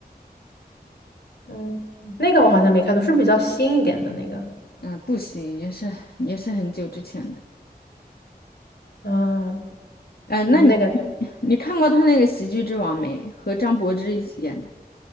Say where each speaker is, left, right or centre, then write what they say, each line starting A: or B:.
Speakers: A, on the left; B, on the left.
A: 嗯，那个我好像没看到，是不是比较新一点的那个？
B: 嗯、不行，也是也是很久之前的。
A: 嗯，
B: 嗯，那你
A: 那个。
B: <laughs> 你看过他那个《喜剧之王》没？和张柏芝一起演的。